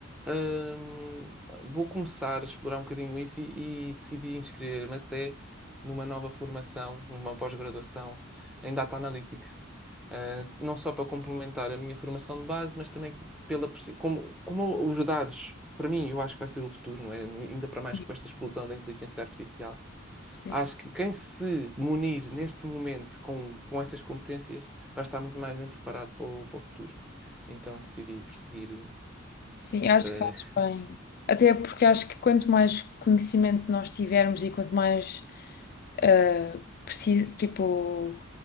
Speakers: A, in the centre; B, on the left.
A: hum, vou começar a explorar um bocadinho isso e, e decidi inscrever-me até numa nova formação, uma pós-graduação em Data Analytics. Ah, não só para complementar a minha formação de base, mas também pela, possi- como, como os dados, para mim, eu acho que vai ser o futuro, não é? Ainda para mais
B: sim,
A: com esta explosão da inteligência artificial
B: sim.
A: Acho que quem se munir neste momento com, com essas competências vai estar muito mais bem preparado para o, para o futuro. Então decidi perseguir
B: Sim,
A: esta.
B: eu acho
A: <laughs>
B: que fazes bem. Até porque acho que quanto mais conhecimento nós tivermos e quanto mais ah, preciso, tipo,